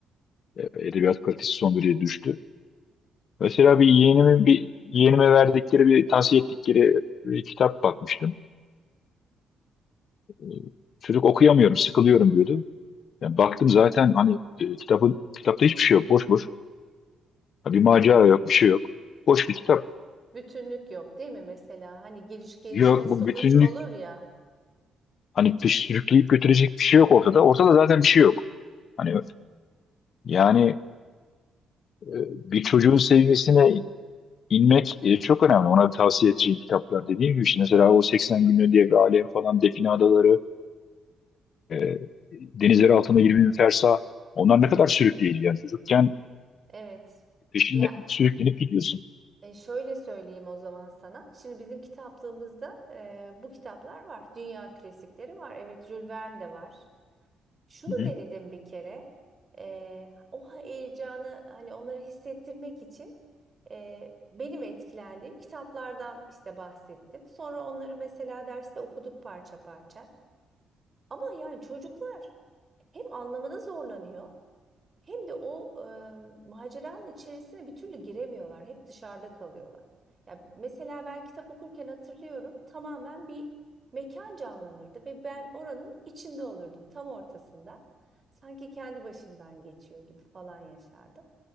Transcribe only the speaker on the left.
e, edebiyat kalitesi son derece düştü. Mesela bir yeğenimin bir yeğenime verdikleri bir tavsiye ettikleri bir kitap bakmıştım. E, Çocuk okuyamıyorum, sıkılıyorum diyordu. Yani baktım zaten hani e, kitabın kitapta hiçbir şey yok, boş boş. Ha, Bir macera yok, bir şey yok. Boş bir kitap.
Yok
bu bütünlük
hani pis- sürükleyip götürecek bir şey yok ortada. Ortada zaten bir şey yok. Hani yani e, bir çocuğun seviyesine inmek e, çok önemli. Ona tavsiye edeceğim kitaplar dediğim gibi işte mesela o 80 günlük devre alem falan Define Adaları E, denizleri altında 20 bin fersa. Onlar
ne kadar sürükleyici yani çocukken
peşinde
sürüklenip gidiyorsun.
Hı hı.